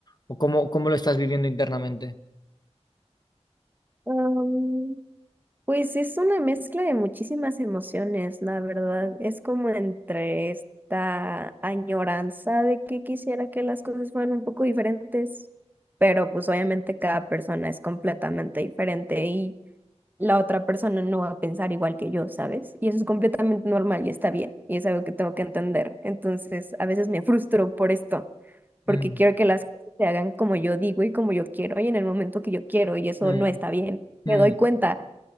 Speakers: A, on the left; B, on the right.
A: o cómo, cómo lo estás viviendo internamente?
B: Um, pues es una mezcla de muchísimas emociones, la verdad. Es como entre esta añoranza de que quisiera que las cosas fueran un poco diferentes, pero pues obviamente cada persona es completamente diferente y la otra persona no va a pensar igual que yo, ¿sabes? Y eso es completamente normal y está bien, y es algo que tengo que entender. Entonces, a veces me frustro por esto. porque
A: Mm,
B: quiero que las cosas se hagan como yo digo y como yo quiero y en el momento que yo quiero y eso
A: mm,
B: no está bien, me
A: mm.
B: doy cuenta.